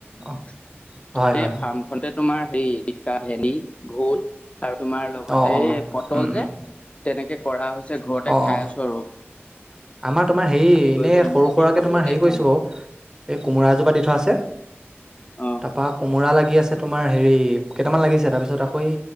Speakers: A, on the right (about 15°); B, on the left (about 30°).
A: অ
B: <inaudible> <unintelligible>
A: হয়
B: এই
A: হয় হয়
B: ফাৰ্মখনতে তোমাৰ হেৰি জিকা, ভেনী, ভোল <unintelligible> <unintelligible> আৰু তোমাৰ লগতে
A: অ অ
B: এই পটল
A: উম উম
B: যে তেনেকে কৰা হৈছে ঘৰতে
A: অ
B: খাই
A: অ
B: আছো আৰু <inaudible>
A: <unintelligible> আমাৰ তোমাৰ হেৰি এনেই
B: কৰিব কিনি
A: সৰু
B: আনি
A: সুৰাকে
B: খাবলগীয়া
A: তোমাৰ হেৰি কৰিছো
B: হোৱা নাই
A: বাৰু <inaudible> <unintelligible> এই কোমোৰা এজোপা দি থোৱা আছে
B: অ
A: তাৰাপা কোমোৰা লাগি <inaudible> <unintelligible> আছে তোমাৰ হেৰি কেইটামান লাগিছে তাৰপিছত আকৌ এই